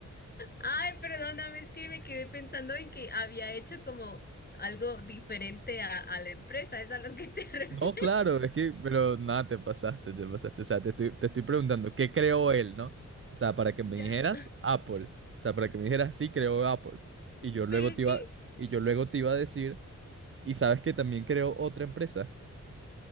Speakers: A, on the left; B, on the right.
A: Ay, perdóname, es que me quedé pensando en que había hecho como algo diferente a, a la empresa, es a lo que te <laughs> refieres.
B: No, claro, es que, pero nada, te pasaste, te pasaste. O sea, te estoy, te estoy preguntando, ¿qué creó él, no? O sea, para que
A: Ya.
B: me dijeras Apple. O sea, para que me dijeras, sí, creó Apple.
A: <laughs>
B: Y yo
A: Pero
B: luego
A: es
B: te
A: que...
B: iba, y yo luego te iba a decir, y sabes que también creó otra empresa.